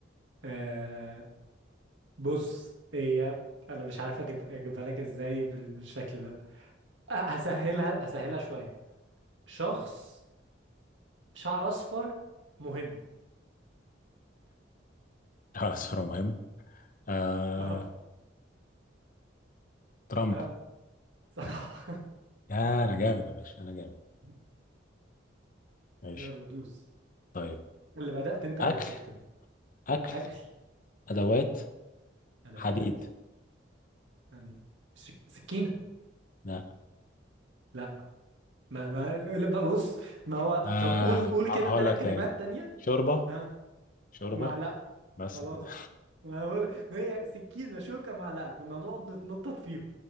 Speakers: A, on the right (about 80°); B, on the left (about 45°).
A: أه... بص هي انا مش عارف اجيب اجيبها لك ازاي بال- بالشكل ده أه، هسهلها هسهلها شويه شخص شعر اصفر مهم
B: <laughs> اه صورة مهم آه
A: <laughs> اه
B: ترامب
A: اه صح
B: يا انا جامد يا باشا انا جامد
A: <laughs>
B: ماشي
A: يلا دوس
B: طيب
A: اللي بدأت انت اللي
B: اكل
A: هتختم
B: اكل
A: اكل
B: ادوات
A: ادوات
B: حديد
A: يعني سك... سكينه
B: لا
A: لا ما ما لا، ما- بص ما هو
B: آه
A: طب قول قول
B: هقول
A: كده ثلاث
B: لك
A: كلمات
B: تاني
A: تانية
B: شوربة
A: ها
B: شوربة
A: معلقه
B: بس
A: خلاص
B: كده
A: ما هو- ما هي سكينه شوكه معلقه كنا هنقعد نتنطط فيهم